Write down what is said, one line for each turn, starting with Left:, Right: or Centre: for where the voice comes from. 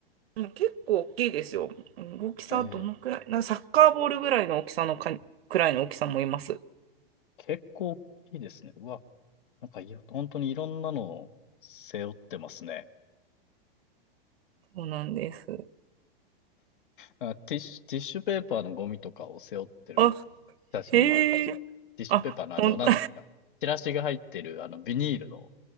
Right: うん結構大きいですよ。大きさどのくらいな、
Left: えー、
Right: サッカーボールぐらいの大きさのか、くらいの大きさもいます。
Left: 結構大きいですね。うわ、なんかい本当にいろんなのを背負ってますね。
Right: そうなんです。
Left: あ、ティッシュ、ティッシュペーパーのゴミとかを背負ってる写真もあります。
Right: あ、へえ。
Left: ティッシュペーパーのあの、
Right: あ、ほん、
Left: なんていうんですか。
Right: <laughs>
Left: チラシが入ってる、あの、ビニールの